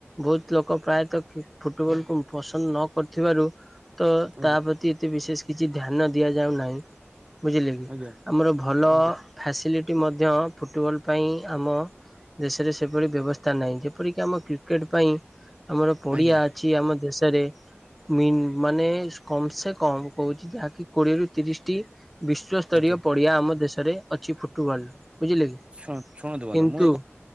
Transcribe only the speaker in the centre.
ବହୁତ ଲୋକ ପ୍ରାୟତଃ କି ଫୁଟବଲ କୁ ପସନ୍ଦ ନ କରିଥିବାରୁ ତ
ତାପ୍ରତି ଏତେ ବିଶେଷ କିଛି ଧ୍ୟାନ ଦିଆଯାଉନାହିଁ। ବୁଝିଲେ କି
ଆମର ଭଲ
ଫ୍ୟାସିଲିଟି ମଧ୍ୟ ଫୁଟବଲ୍ ପାଇଁ ଆମ ଦେଶରେ ସେପରି ବ୍ୟବସ୍ଥା ନାହିଁ ଯେପରିକି ଆମ କ୍ରିକେଟ ପାଇଁ ଆମର ପଡ଼ିଆ
ଅଛି ଆମ ଦେଶରେ। ମୀନ ମାନେ କମ ସେ କମ କହୁଛି ଯାହାକି କୋଡିଏରୁ ତିରିଶ ଟି ବିଶ୍ୱସ୍ତରୀୟ
ପଡିଆ ଆମ ଦେଶରେ ଅଛି ଫୁଟବଲ ବୁଝିଲେ କି
କିନ୍ତୁ